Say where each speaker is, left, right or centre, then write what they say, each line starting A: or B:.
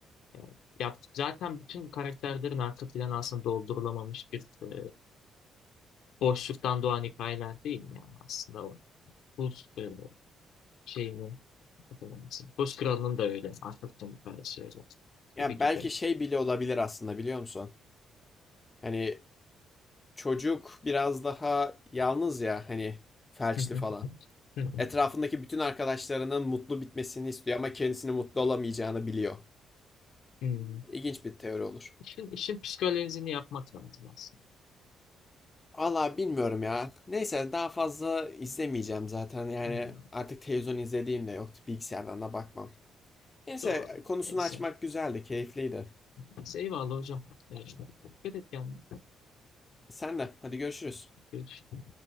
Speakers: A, on the left; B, on the left.
A: E, ya zaten bütün karakterlerin arka planı aslında doldurulamamış bir e, boşluktan doğan hikayeler değil mi ya aslında o buz e, şeyinin adı neyse. buz kralının da öyle arka planı hikayesi öyle gibi
B: Ya
A: gibi.
B: belki şey bile olabilir aslında biliyor musun? Hani çocuk biraz daha yalnız ya hani felçli
A: Hı hı.
B: falan.
A: Hı hı.
B: Etrafındaki bütün arkadaşlarının mutlu bitmesini istiyor ama kendisini mutlu olamayacağını biliyor.
A: Hmm.
B: İlginç bir teori olur.
A: İşin, işin psikolojisini yapmak lazım aslında.
B: Valla bilmiyorum ya. Neyse daha fazla izlemeyeceğim zaten. Yani
A: Hmm,
B: artık televizyon izlediğim de yoktu. Bilgisayardan da bakmam. Neyse
A: Doğru.
B: konusunu
A: Neyse.
B: açmak güzeldi, keyifliydi.
A: Neyse, Eyvallah hocam. Evet. Dikkat et kendine.
B: Sen de hadi görüşürüz.
A: Görüşürüz.